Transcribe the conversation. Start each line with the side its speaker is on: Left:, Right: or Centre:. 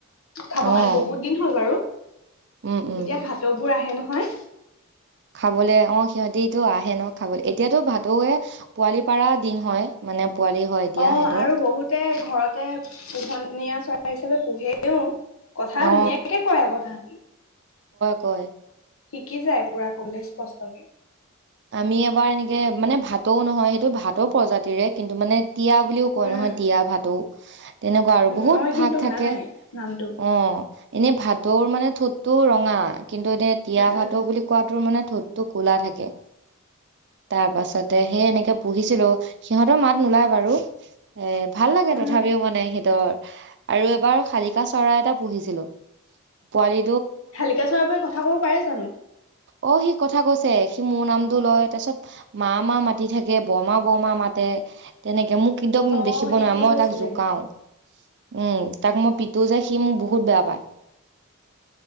Left: খাব
Right: অ
Left: কাৰণে বহুত দিন হ'ল বাৰু।
Right: উম
Left: তেতিয়া
Right: উম
Left: ভাতৰ বোৰ আহে নহয়।
Right: খাবলে অঁ সিহঁতি। টো আহে ন খাবলৈ এতিয়াতো ভাতৌৱে পোৱালি পাৰা দিন হয়। মানে পোৱালি হয় এতিয়া
Left: অঁ
Right: সিহঁতৰ
Left: আৰু বহুতে ঘৰতে পোহনিয়া চৰাই। হিচাপে পুহেওঁ। কথা
Right: অ
Left: ধুনীয়াকে কয় আকৌ তাহতি।
Right: হয়
Left: শিকি যায় পুৰা কবলৈ স্পষ্টকে।
Right: আমি এবাৰ এনেকে মানে ভাতৌওঁ নহয় সেইটো ভাতৌ প্ৰজাতিৰে কিন্তু মানে তিৱা বুলিও কয়
Left: উম
Right: নহয় তিৱা ভাটৌ। তেনেকুৱা আৰু
Left: উম
Right: বহুত
Left: মই
Right: ভাগ
Left: কিন্তু শুনা
Right: থাকে।
Left: নাই নামটো
Right: অ এনে ভাত ভাটৌ ৰ মানে ঠোঁটটো ৰঙা। কিন্তু এটিয়া তিয়া
Left: উম
Right: ভাতৌ
Left: উম
Right: বুলি কোৱাটো মানে ঠোটটো ক'লা থাকে। তাৰ পাছতে সেই এনেকে পুহিছিলো সিহঁতৰ মাত নোলায় বাৰু এ ভাল লাগে
Left: উম
Right: তথাপিও মানে সিহঁতৰ। আৰু এবাৰ শালিকা চৰাই এটা পুহিছিলো পোৱালি।
Left: শালিকাচৰাই বোৰে কথা কব পাৰে জানো।
Right: অঁ সি কথা কৈছে। মোৰ নামটো লয় তাৰ পিছত মা মা মাতি থাকে বৰমা বৰমা মাতে তেনেকে মোক কিন্তক
Left: অ
Right: দেখিব
Left: শিকি
Right: নোৱাৰে মই
Left: গৈছিলেগে
Right: তাক জোকাও উম তাক মই প তোৰ যে সি মোক বহুত বেয়া পায়।